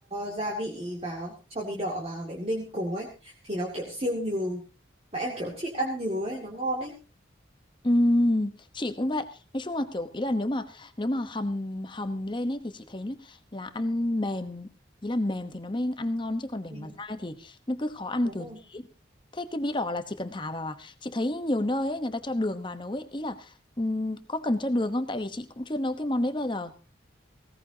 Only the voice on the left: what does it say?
Ừm, chị cũng vậy nói chung là kiểu ý là nếu mà nếu mà hầm hầm lên ấy thì chị thấy là là ăn mềm ý là mềm thì nó mới ăn ngon chứ còn để
mà dai thì nó cứ khó ăn
kiểu
gì ấy. thế cái bí đỏ là chỉ cần thả vào à chị thấy nhiều nơi ấy người ta cho đường vào nấu ấy ý là ừm, có cần cho đường không tại vì chị cũng chưa nấu cái món đấy bao giờ